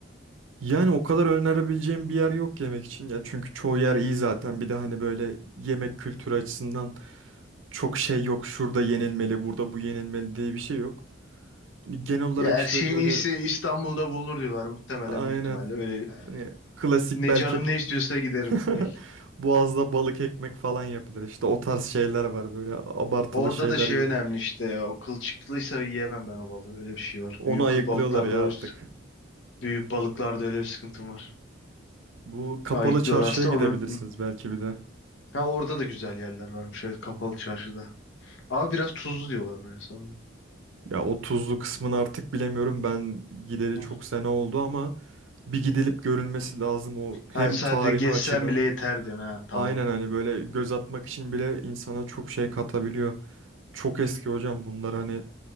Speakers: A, on the right; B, on the left.
A: yani o kadar önerebileceğim bir yer yok yemek için ya çünkü çoğu yer iyi zaten bir de hani böyle yemek kültürü açısından çok şey yok şurada yenilmeli burada bu yenilmeli diye bir şey yok. Hani Genel olarak
B: Ya her
A: işte
B: şeyin
A: böyle
B: iyisi İstanbul'da bulunur diyorlar. Muhtemelen
A: aynen
B: büyük ihtimalle öyle
A: hani klasik
B: Ne
A: belki
B: canım ne istiyorsa giderim.
A: <laughs>
B: Belki.
A: Boğaz'da balık ekmek falan yapılır işte o tarz şeyler var böyle abartılı
B: Orada
A: şeyler
B: da şey
A: yok.
B: önemli işte. O kılçıklıysa yiyemem ben o balığı. Öyle bir şey var.
A: Onu
B: Büyük
A: ayıklıyorlar
B: kıl balıklarda
A: ya
B: o
A: artık.
B: büyük balıklarda öyle bir sıkıntım var.
A: Bu kapalı
B: Ayıklıyorlarsa
A: çarşıya gidebilirsiniz
B: onu
A: belki bir de.
B: ha orada da güzel yerler varmış evet kapalı çarşıda. Ama biraz tuzlu diyorlar böyle sanırım.
A: Ya o tuzlu kısmını artık bilemiyorum. Ben gideli
B: Hı.
A: çok sene oldu ama bir gidilip görülmesi lazım o hem
B: Hayır sadece
A: tarihi
B: gezsen
A: açıdan.
B: bile yeter diyorsun ha tamam.
A: Aynen hani böyle göz atmak için bile insana çok şey katabiliyor. Çok eski hocam bunlar hani